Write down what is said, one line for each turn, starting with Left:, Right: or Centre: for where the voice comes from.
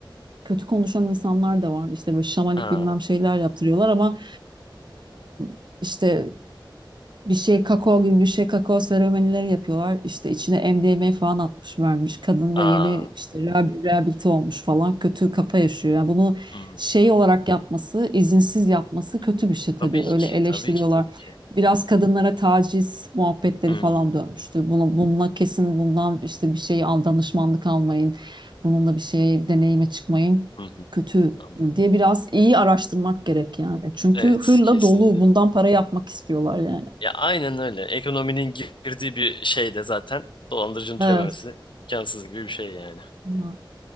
Right: kötü konuşan insanlar da var. İşte böyle şamanik
Left: Ha,
Right: bilmem şeyler yaptırıyorlar ama e, işte bir şey kakao gibi bir şey kakao seremonileri yapıyorlar. İşte içine MDMA falan atmış vermiş. Kadın
Left: aa,
Right: da yeni işte rehabil- rehabilite olmuş falan. Kötü kafa yaşıyor. Yani bunu
Left: hmm.
Right: şey olarak yapması, izinsiz yapması kötü bir şey tabii.
Left: Tabii
Right: Öyle
Left: ki,
Right: eleştiriyorlar.
Left: tabii ki, tabii ki.
Right: Biraz kadınlara taciz muhabbetleri
Left: Hmm,
Right: falan dönmüştü. Bunu, bununla kesin bundan işte bir şey al, danışmanlık almayın. Bununla bir şey deneyime çıkmayın.
Left: hı hı,
Right: Kötü
Left: anladım.
Right: diye biraz iyi araştırmak gerek yani. Çünkü
Left: Evet,
Right: hırla
Left: kesinlikle.
Right: dolu bundan para yapmak istiyorlar yani.
Left: Ya aynen öyle. Ekonominin girdiği bir şey de zaten dolandırıcının
Right: Evet.
Left: türememesi imkansız gibi bir şey yani.
Right: Na-